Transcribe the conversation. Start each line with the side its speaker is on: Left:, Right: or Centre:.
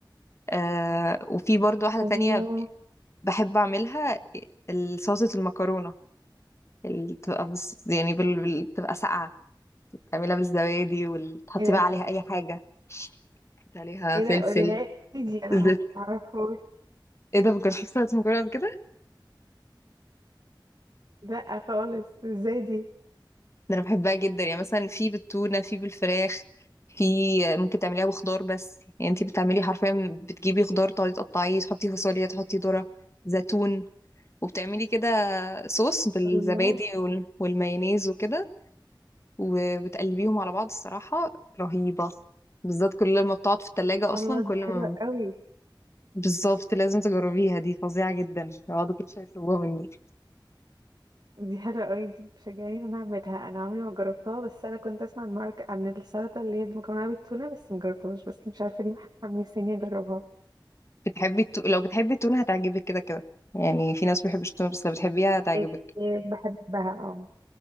Left: آه وفي برضو واحدة تانية
Right: الله
Left: بحب اعملها صلصة المكرونة اللي بتبقى بس يعني بال... بال- بتبقى ساقعة تعملها بالزبادي وتحطي
Right: ايه ده
Left: بقى عليها اي حاجة تحطي عليها
Right: ايه
Left: فلفل
Right: ده قوليها لي دي انا
Left: زيت
Right: ما اعرفهاش
Left: ايه ده مكنتش شفت صلصة المكرونة قبل كده
Right: لا خالص ازاي دي
Left: ده انا بحبها جدا يعني مثلا في بالتونة في بالفراخ في ممكن تعمليها بخضار بس يعني انتي بتعملي حرفيا بتجيبي خضار تقعدي تقطعيه تحطي فاصوليا تحطي ذرة زيتون وبتعملي كده صوص بالزبادي
Right: الله
Left: وال... والمايونيز وكده وبتقلبيهم على بعض الصراحة رهيبة بالذات كل ما بتقعد في التلاجة أصلا
Right: الله دي
Left: كل
Right: حلوة
Left: ما
Right: قوي
Left: بالظبط لازم تجربيها دي فظيعة جدا يقعدوا كل شوية يطلبوها مني
Right: دي حلوة قوي دي بتشجعني انا اعملها انا عمري ما جربتها بس انا كنت اسمع عن مارك عن السلطة اللي هي بمكرونة بالتونة بس ما جربتهاش بس مش عارفة ليه محمسيني اجربها
Left: بتحبي التو... لو بتحبي التونة هتعجبك كده كده يعني في ناس ما بيحبوش التونة بس لو بتحبيها هتعجبك
Right: إيه، بحبها اه